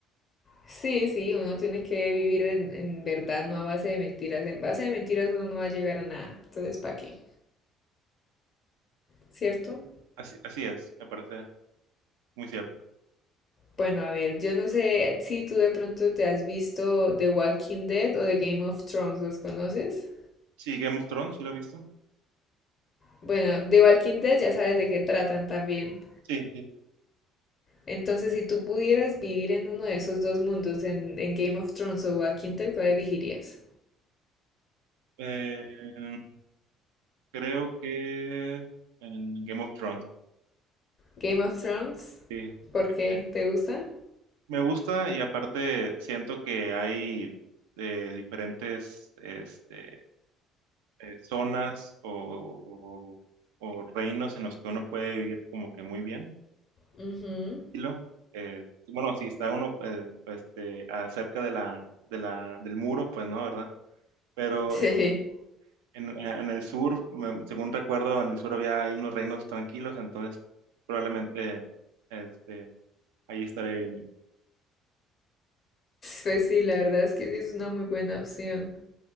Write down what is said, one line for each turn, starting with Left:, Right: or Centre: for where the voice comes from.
Left: Sí, sí, uno tiene que vivir en, en verdad, no a base de mentiras. En base de mentiras uno no va a llegar a nada. Entonces, ¿para qué? ¿Cierto?
Right: Así, así es, me parece muy cierto.
Left: Bueno, a ver, yo no sé si tú de pronto te has visto The Walking Dead o The Game of Thrones, ¿los conoces?
Right: Sí, Game of Thrones, ¿sí lo he visto?
Left: Bueno, The Walking Dead ya sabes de qué tratan también.
Right: Sí, sí.
Left: Entonces, si tú pudieras vivir en uno de esos dos mundos, en, en Game of Thrones o Walking Dead, ¿cuál elegirías?
Right: Eh, em, Creo que en Game of Thrones,
Left: Game of Thrones,
Right: sí.
Left: ¿por qué?
Right: Eh,
Left: ¿Te gusta?
Right: Me gusta y aparte siento que hay eh, diferentes este, eh, zonas o, o- o reinos en los que uno puede vivir como que muy bien.
Left: Ujú. <laughs>
Right: tranquilo. Eh, bueno, si está uno eh, este, cerca de la, de la, del muro, pues no, ¿verdad? Pero
Left: Sí.
Right: eh, en, en el sur, me- según recuerdo, en el sur había hay unos reinos tranquilos, entonces probablemente... este, Ahí estaré bien yo.
Left: Pues sí, la verdad es que sí es una muy buena opción.